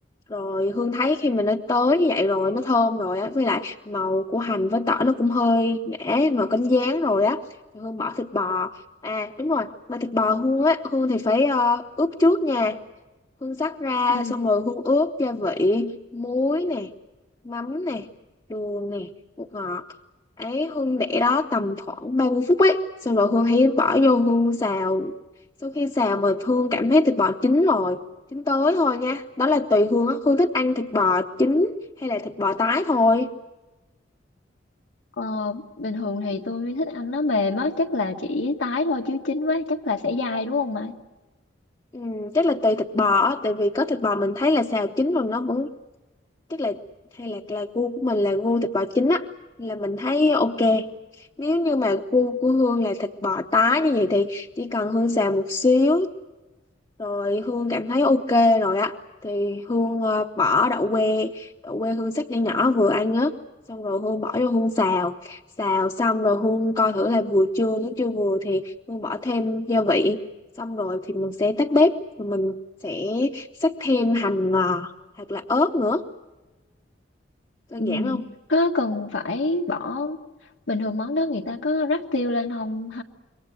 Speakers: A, on the left; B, on the left.
A: rồi Hương thấy khi mình nó tới như vậy rồi nó thơm rồi á với lại màu của hành với tỏi nó cũng hơi ngã màu cánh gián rồi á thì Hương bỏ thịt bò à đúng rồi mà thịt bò Hương á Hương thì phải ờ, ướp trước nha Hương xắt ra
B: Ừ.
A: xong rồi Hương ướp gia vị muối nè mắm nè đường nè bột ngọt ấy Hương để đó tầm khoảng 30 phút ấy xong rồi Hương hãy bỏ vô Hương xào sau khi xào mà Hương cảm thấy thịt bò chín rồi chín tới thôi nha đó là tùy Hương á Hương thích ăn thịt bò chín hay là thịt bò tái thôi
B: ờ, bình thường thì tôi thích ăn nó mềm á chắc là chỉ tái thôi chứ chín quá chắc là sẽ dai đúng không mày
A: ừ, chắc là tùy thịt bò á tại vì có thịt bò mình thấy là xào chín rồi nó vẫn chắc là hay là là gu của mình là gu thịt bò chín á là mình thấy ok nếu như mà gu của Hương là thịt bò tái như vậy thì chỉ cần Hương xào một xíu rồi Hương cảm thấy ok rồi á thì Hương ờ, bỏ đậu que đậu que Hương xắt nhỏ nhỏ vừa ăn á xong rồi Hương bỏ vô Hương xào xào xong rồi Hương coi thử là vừa chưa nếu chưa vừa thì Hương bỏ thêm gia vị xong rồi thì mình sẽ tắt bếp rồi mình sẽ xắt thêm hành ngò hoặc là ớt nữa đơn
B: Ừ.
A: giản không
B: có cần phải bỏ bình thường món đó người ta có rắc tiêu lên không